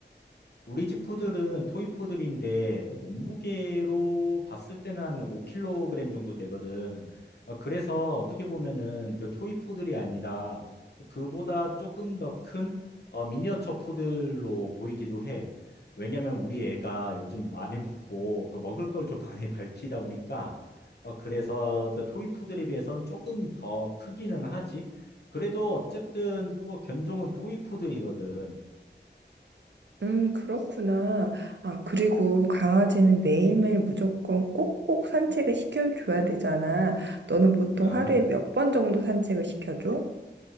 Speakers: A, on the left; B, on the right.
A: 우리 집 푸들은 토이 푸들인데 몸무게로 봤을 때는 한 5kg 정도 되거든. 어, 그래서 어떻게 보면은 그 토이 푸들이 아니라 그보다 조금 더 큰 어, 미니어처 푸들로 보이기도 해. 왜냐면 우리 애가 요즘 많이 먹고 그 먹을 걸 좀 많이 밝히다 보니까 어, 그래서 또 토이 푸들에 비해선 조금 더 크기는 하지. 그래도 어쨌든 그뭐 견종은 토이 푸들이거든.
B: 음, 그렇구나. 아, 그리고 강아지는 매일매일 무조건 꼭꼭 산책을 시켜줘야 되잖아. 너는 보통
A: 어.
B: 하루에 몇 번 정도 산책을 시켜줘?